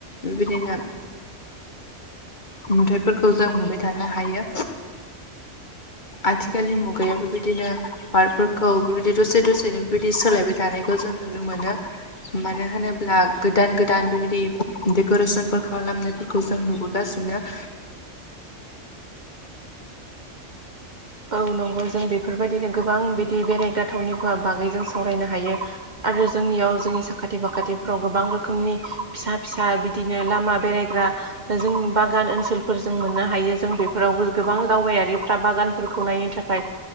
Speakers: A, on the left; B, on the right.
A: बेबायदिनो नुथायाइफोरखौ जों नुबाय थानो हायो। आथिखालनि मुगाया बेबायदिनो फार्टफोरखौ बेबायदि दसे दसेनो बेबायदि सोलायबाय जानायखौ जों नुनो मोनो। मानो होनोब्ला गोदान गोदान बेबायदि देक'रेसनफोर खालामनायफोरखौ जों नुबो गासिनो
B: औ नंगौ जों बेफोरबायदिनो गोबां बिदि बेरायग्रा थावनि बा बागै जों सावरायनो हायो। आरो जोंनियाव जोंनि साखाथि बाखाथिफ्राव गोबां रोखोमनि फिसा फिसा बिदिनो लामा बेरायग्रा ओ जों बागान ओनसोलफोरजों मोननो हायो जों बेफोरावबो गोबां दावबायारिफ्रा बागान फोरखौ नायनो थाखाय